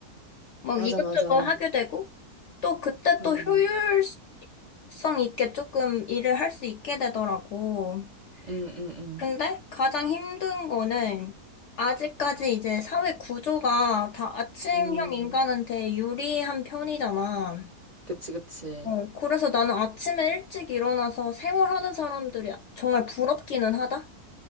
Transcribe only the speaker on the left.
막
이것저것
하게 되고 또 그때
또 효율성 있게 조금 일을 할 수 있게 되더라고.
근데 가장 힘든 거는 아직까지 이제 사회 구조가 다 아침형
인간한테 유리한 편이잖아.
어, 그래서 나는 아침에 일찍 일어나서 생활하는 사람들이 정말 부럽기는 하다?